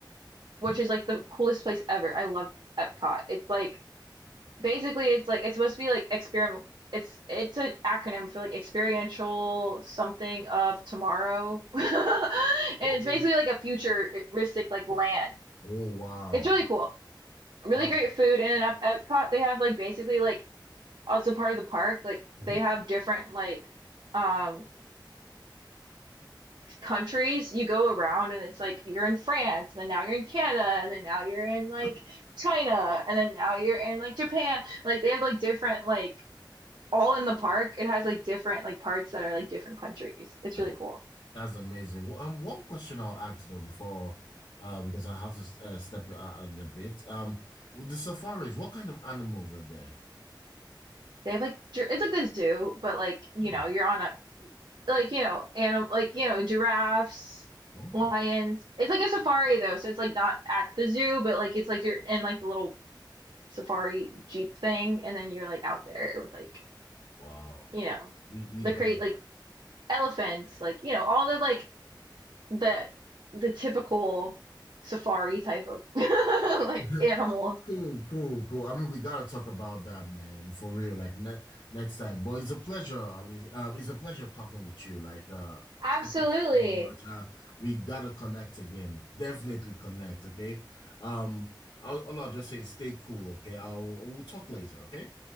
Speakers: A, on the right; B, on the left.
A: which
B: oh,
A: is like the coolest place ever. I love Epcot. It's like basically it's like it's supposed to be like experiment it's it's an acronym for like experiential something of tomorrow <laughs> and
B: oh,
A: it's basically like a futuristic like land
B: oh, wow,
A: it's really cool really
B: wow.
A: great food and at Epcot they have like basically like as a part of the park like
B: Mhm.
A: they have different like um countries you go around and it's like you're in France and then now you're in Canada and then now you're in like
B: <laughs>
A: China and then now you're in like Japan like they have like different like all in the park. It has like different like parts that are like different countries. It's
B: That's,
A: really cool.
B: that's amazing. Well, um, one question I'll ask though before, uh, because I have to s- uh, step out a bit. Um, with the safaris, what kind of animals are there?
A: They have like it's like the zoo, but like you
B: Hmm.
A: know you're on a like you know animal like you know giraffes,
B: Oh,
A: lions. It's like a safari though, so it's like not at the zoo, but like it's like you're in like the little safari jeep thing, and then you're like out there with like
B: wow.
A: you know
B: We we
A: the
B: got.
A: crate like elephants, like you know all the like the the typical safari type of <laughs> like
B: <laughs>
A: animals.
B: Cool, cool, cool. I mean, we gotta talk about that, man, for real. Like ne next time. But it's a pleasure, Ali. Um, it's a pleasure talking with you. Like, uh,
A: Absolutely.
B: thank you so much. Uh, we gotta connect again. Definitely connect, okay? Um, I'll, all I'll just say, is stay cool, okay? I'll we'll talk later, okay?